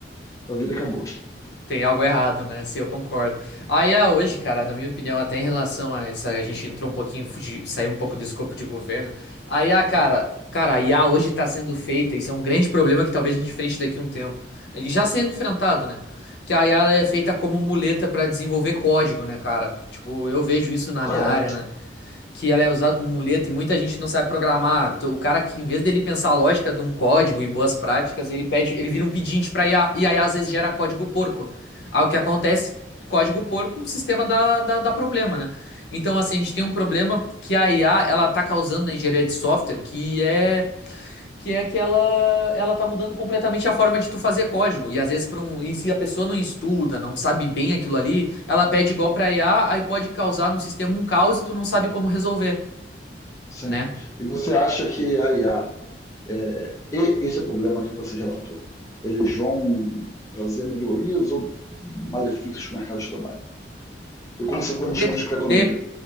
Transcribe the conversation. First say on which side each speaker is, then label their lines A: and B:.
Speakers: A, on the left; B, on the left.
A: tua vida acabou.
B: Tem algo errado, né? Sim, eu concordo. Aí, ah, hoje, cara, na minha opinião, até em relação a essa, a gente entrou um pouquinho, fugi, saiu um pouco do escopo de governo. Aí, ah, cara, cara, a IA hoje tá sendo feita, isso é um grande problema que talvez a gente enfrente daqui a um tempo. E Já sendo enfrentado, né? Que a IA ela é feita como muleta pra desenvolver código, né, cara? Tipo, eu vejo isso na
A: Ah,
B: minha
A: é.
B: área, né? que ela é usada como muleta e muita gente não sabe programar. T- O cara que, em vez dele pensar a lógica de um código e boas práticas, ele pede, ele vira um pedinte pra IA, e aí às vezes gera código porco. Aí o que acontece? Código porco, sistema dá, dá, dá problema, né? Então, assim, a gente tem um problema que a IA, ela tá causando na engenharia de software, que é que é que ela ela tá mudando completamente a forma de tu fazer código. E às vezes para um, e se a pessoa não estuda, não sabe bem aquilo ali, ela pede igual pra IA, aí pode causar num sistema um caos e tu não sabe como resolver
A: Sim.
B: né?
A: E você acha que a IA é, e esse problema que você relatou, eles vão trazer melhorias ou malefícios para o mercado de trabalho? E, consequentemente,
B: De,
A: para a
B: de
A: economia?